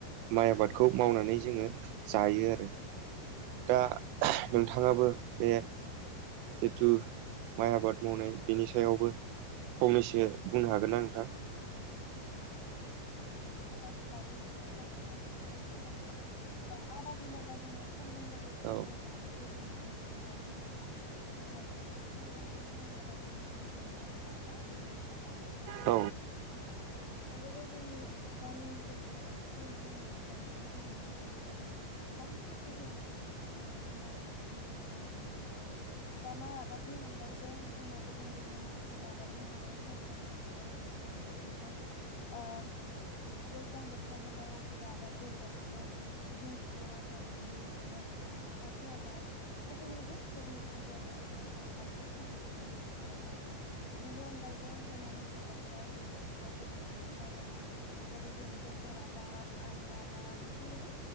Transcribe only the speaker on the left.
उम मा माय आबादनि बागै नोंथांआ जोबोद मोजाङै फोथायदो दा आबाद होनोब्ला जोङो समजों लोगोसे
गोरोब्लानो गुबुन गुबुन गोलैबावो नङा ओमबा नाथाय जोंना बे माइ आबादानो जोंनि गुबै राहा एबा गुबै आबाद <unintelligible>
बेफोरखौ जोंनि गामि ओनसोलफोरा बांसिन मावनानै जानायखौ जोङो नुनो मोनो एबा बांसिन एरियावनो जोङो बेफोरबादि माय आबादखौ मावनायखौ नुनो‌मोनो आरो दा माइ आबादनि अनगायैबो जोंना गुबुन गुबुन उफोरा आबाद दंबावो समजों लोगोसे <unintelligible> जेरैबायदिहाय ओम दैज्लां बोथोराव मोननाय उफेरा आबाद जेरैबायदिहाय जिंखा भेनदि लेस्रा फाथो आबाद गुबुन गुबुन गुबुन गुबुन जायगा गुबुन गुबुन आबादखौ मावनायखौ नुनो मोनो‌ आरो दा बेनि अनगायैबो जोंना मेसें बोथोराव जेरैबायहाय जोगोनार नि बागान लोगोसे लोगोसे बेसर आबाद आलु आबाद बिफोरबायदि